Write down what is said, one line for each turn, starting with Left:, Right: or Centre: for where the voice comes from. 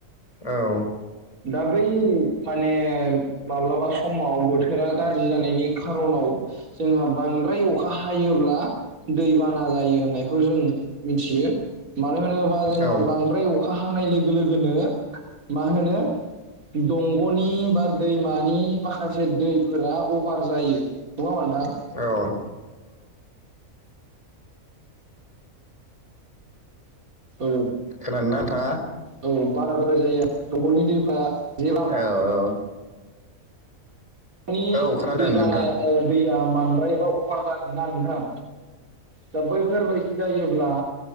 Left: औ
Right: दा बै माने माब्लाबा समाव बोथोरा गाज्रि जानायनि खारनाव जोंहा बांद्राय अखा हायोब्ला दै बाना जायो होननायखौ जों मिथियो मानो होनोबा जोंहा
Left: औ
Right: बांद्राय अखा हानाय लोगो लोगोनो मा होनो दंग'नि बा दैमानि माखासे दैफोरा अभार जायो नङा होमबा नोंथां
Left: औ
Right: औ
Left: खोनादों ना नोंथाङा
Right: औ बाराद्राय जाया दंगनि दैफ्रा जेब्ला
Left: औ औ
Right: नि
Left: औ खोनादों
Right: दैबाना
Left: नोंथां
Right: दैया बांद्रायबा अभार जागोन ना नोंथां दा बैफोरबायदि जायोब्ला